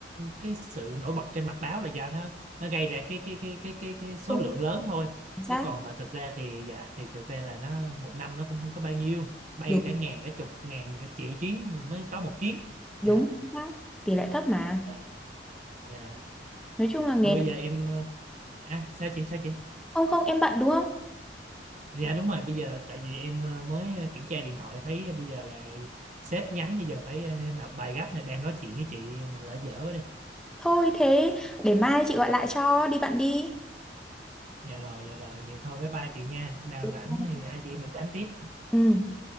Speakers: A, on the right; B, in the centre.
A: cái sự nổi bật trên mặt báo là do nó nó gây ra cái cái cái cái cái cái số
B: Không
A: lượng lớn thôi
B: chính xác.
A: chứ còn mà thực ra thì dạ, thì thực ra là nó một năm nó cũng không có bao nhiêu bay
B: Đúng,
A: cả ngàn cả chục ngàn cả triệu chuyến thì mới có một chuyến
B: đúng
A: dạ
B: chính xác. Tỷ lệ thấp mà.
A: dạ dạ
B: Nói chung là nghề
A: thôi bây
B: này.
A: giờ em ờ, à sao chị sao chị
B: Không không, em bận đúng không?
A: dạ đúng rồi bây giờ tại vì em ờ, mới ờ, kiểm tra điện thoại thấy bây giờ là sếp nhắn bây giờ phải ờ, nộp bài gấp này đang nói chuyện với chị mà lỡ dở quá
B: Thôi thế để mai chị gọi lại cho đi bận đi.
A: dạ rồi dạ rồi vậy thôi với ba chị nha nào
B: Bye.
A: rảnh thì hai chị mình tám tiếp
B: Ừ.